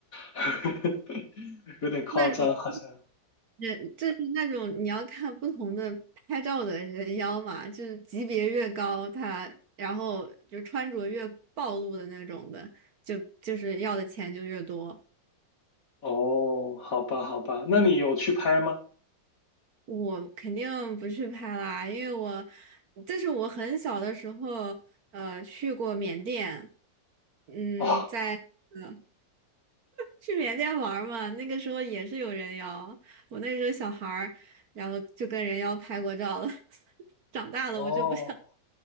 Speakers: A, on the left (about 50°); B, on the right (about 60°).
A: <laughs> 有点夸张，
B: 那种
A: 好像。
B: 人就是那种你要看不同的拍照的人妖嘛，就是级别越高，他然后就穿着越暴露的那种的，就就是要的钱就越多。
A: 哦，好吧，好吧，那你有去拍吗？
B: 我肯定不去拍啦，因为我这是我很小的时候呃去过缅甸，嗯，
A: 哦，
B: 在。呃去缅甸玩儿嘛，那个时候也是有人妖，我那时候小孩儿，然后就跟人妖拍过照了。<laughs> 长大了我就不想
A: 哦，